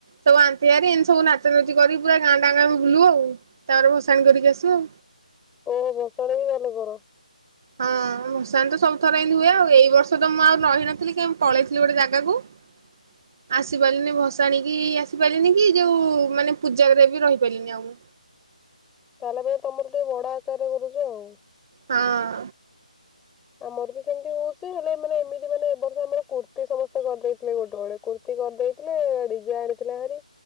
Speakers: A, on the right (about 25°); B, in the centre.
A: ସବୁ ଆଣିଥିବେ ଭାରି ଏମିତି ସବୁ ନାଚ ଫାଚ କରି ପୁରା ଗାଁ ଟା ବୁଲୁ ଆଉ ତାପରେ ଭସାଣି କରିକି ଆସୁ ଆଉ।
B: ଓୋହ ଭସାଣି ବି ଭଲ କର।
A: ହଁ ଭସାଣି ତ ସବୁ ଥର ଏମିତି ହୁଏ ଆଉ ଏଇ ବର୍ଷ ତ ମୁଁ ଆଉ ରହିନଥିଲି କେ ପଳେଇଥିଲି ଗୋଟେ ଜାଗାକୁ। <unintelligible> ଆସିପାଇଲିନି ଭସାଣିକି ଆସିପାଇଲିନି କି ଯୋଉ ମାନେ ପୂଜାରେ ବି ରହିପାଇଲିନି ଆଉ।
B: ତାହେଲେ ଏବେ ତମର ଟିକେ ବଡ ଆକାରରେ କରୁଚ ଆଉ।
A: ହଁ।
B: ଆମର ବି ସେମିତି ହଉଛି ହେଲେ ମାନେ ଏମିତି ମାନେ ଏ ବର୍ଷ ଆମର କୁର୍ତ୍ତି ସମସ୍ତେ କରି ଦେଇଥିଲେ ଗୋଟେ ଗୋଟେ କୁର୍। କୁର୍ତ୍ତି କରି ଦେଇଥିଲେ ଡିଜେ ଆଣିଥିଲେ ଭାରି